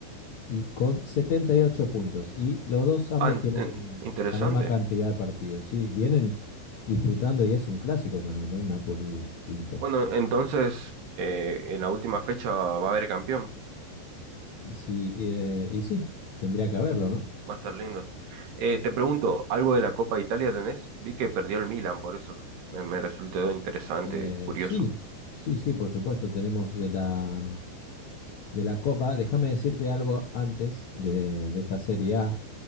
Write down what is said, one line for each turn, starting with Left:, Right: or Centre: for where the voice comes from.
Left: y con 78 puntos. Y los dos ambos
Right: Ah, en-
Left: tienen
Right: en- interesante.
Left: la misma cantidad de partidos, ¿sí? Vienen disputando y es un clásico también, ¿no? Napoli-Inter.
Right: Bueno, entonces, eh, en la última fecha va a haber campeón.
Left: Y, sí, eh, y sí, tendría que haberlo, ¿no?
Right: Va a estar lindo. Eh, te pregunto, ¿algo de la Copa Italia tenés? Vi que perdió el Milan, por eso. Me, me resultó interesante,
Left: Eh,
Right: curioso.
Left: sí, sí, sí, por supuesto. Tenemos de la, de la Copa. Déjame decirte algo antes de, de esta Serie A,